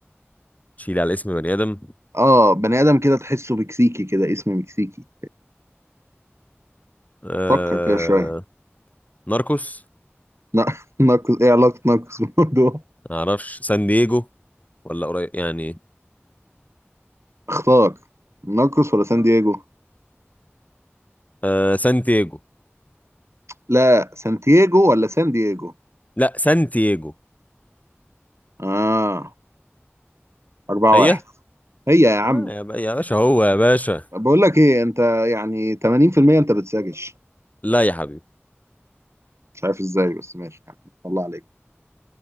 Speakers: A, on the left; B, on the right.
A: تشيلي على اسم بني آدم
B: اه بني ادم كده تحسه مكسيكي كده اسم مكسيكي
A: آه
B: فكر كده شويه
A: ناركوس
B: نا- <laughs> ناقص ايه علاقه ناقص بالموضوع
A: ما اعرفش سان دييجو ولا قريب يعني
B: اختار ناقص ولا سان دييجو
A: آه سانتياجو
B: لا سانتياجو ولا سان دييجو
A: لا سانتياجو
B: اه أربعة
A: هي
B: واحد هي يا عم
A: آه يا, ب... يا باشا هو يا باشا
B: بقول لك ايه انت يعني 80% انت بتساجش
A: لا يا حبيبي
B: مش عارف ازاي بس ماشي يعني الله عليك